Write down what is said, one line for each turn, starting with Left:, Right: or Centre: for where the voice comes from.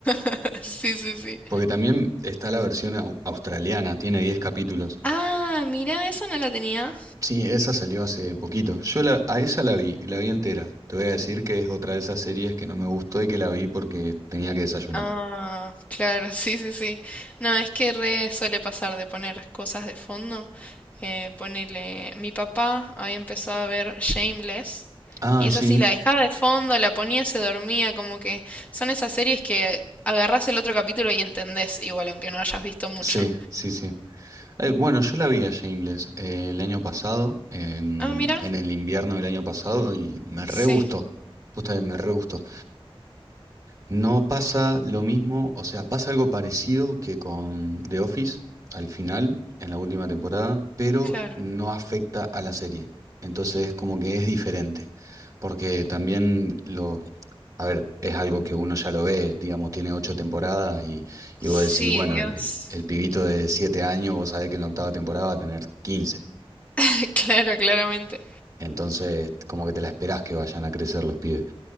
Left: <laughs> sí, sí, sí.
Right: Porque también está la versión au- australiana, tiene 10 capítulos.
Left: Ah, mira, esa no la tenía.
Right: Sí, esa salió hace poquito. Yo la, a esa la vi, la vi entera. Te voy a decir que es otra de esas series que no me gustó y que la vi porque tenía que desayunar.
Left: Ah, claro, <laughs> sí, sí, sí. No, es que re suele pasar de poner cosas de fondo. Eh, ponele, mi papá había empezado a ver Shameless
Right: Ah,
Left: y esa
Right: sí,
Left: sí la dejaba de fondo, la ponía, se dormía, como que son esas series que agarrás el otro capítulo y entendés, igual aunque no hayas visto mucho.
Right: sí, sí, sí. Eh, bueno, yo la vi a Shameless eh, el año pasado, en,
Left: Ah, mira,
Right: en el invierno del año pasado, y me
Left: sí,
Right: re gustó. Justamente me re gustó. No pasa lo mismo, o sea, pasa algo parecido que con The Office al final, en la última temporada, pero
Left: claro.
Right: no afecta a la serie. Entonces, es como que es diferente, porque también lo a ver, es algo que uno ya lo ve, digamos, tiene ocho temporadas y, y
Left: Sí,
Right: vos decís, bueno,
Left: Dios.
Right: el, el pibito de siete años, vos sabés que en la octava temporada va a tener quince.
Left: <laughs> Claro, claramente.
Right: Entonces, como que te la esperás que vayan a crecer los pibes.